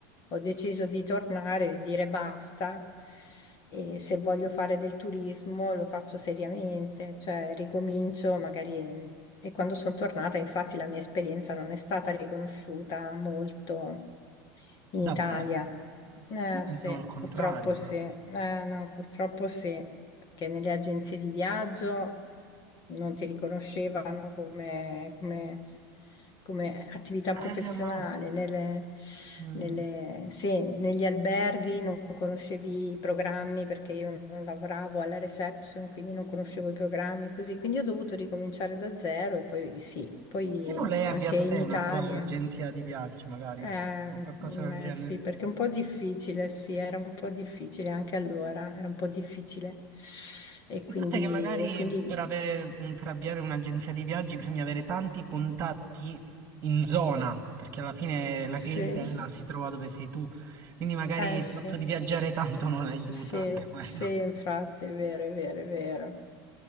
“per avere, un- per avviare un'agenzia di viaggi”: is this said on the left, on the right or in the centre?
Right